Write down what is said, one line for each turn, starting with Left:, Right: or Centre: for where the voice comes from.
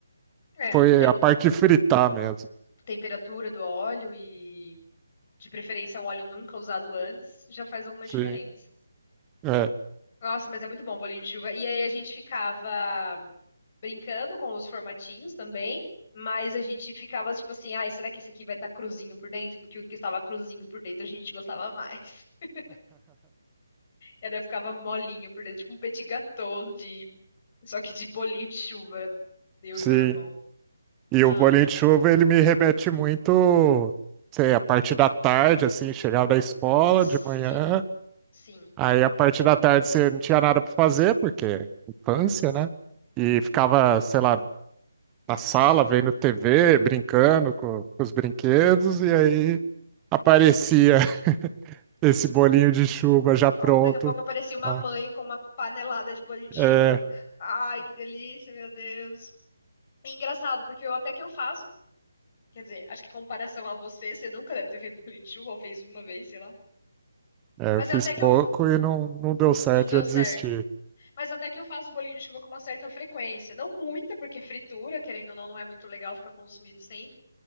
Right: foi
Left: É, tem-
Right: a parte de fritar mesmo.
Left: temperatura do óleo e de preferência um óleo nunca usado antes já faz alguma
Right: Sim,
Left: diferença.
Right: é,
Left: Nossa, mas é muito bom o bolinho de chuva. E aí a gente ficava brincando com os formatinhos também, mas a gente ficava tipo assim, ai, será que esse aqui vai estar cruzinho por dentro? Porque o que estava cruzinho por dentro a gente gostava mais. <laughs> E daí ficava molinho por dentro, tipo um petit gâteau de só que de bolinho de chuva, eu
Right: sim.
Left: e meu irmão.
Right: E
Left: Ai,
Right: o bolinho
Left: que
Right: de
Left: legal.
Right: chuva, ele me remete muito, sei, a parte da tarde, assim, chegava da escola
Left: Sim.
Right: de manhã,
Left: Sim.
Right: aí a parte da tarde você não tinha nada para fazer, porque infância, né? E ficava, sei lá, na sala, vendo TV, brincando com, com os brinquedos, e aí aparecia <laughs> esse bolinho de chuva já pronto.
Left: Ó, daqui a pouco aparecia uma
Right: Ah,
Left: mãe com uma panelada de bolinho de chuva.
Right: é,
Left: Ai, que delícia, meu Deus. É engraçado, porque eu até que eu faço, quer dizer, acho que em comparação a você, você nunca deve ter feito bolinho de chuva, ou fez uma vez, sei lá.
Right: é,
Left: Mas
Right: eu fiz
Left: até
Right: pouco
Left: que eu.
Right: e não, não deu certo,
Left: Não deu
Right: já desisti.
Left: certo. Mas até que eu faço bolinho de chuva com uma certa frequência. Não muita, porque fritura, querendo ou não, não é muito legal ficar consumindo sempre.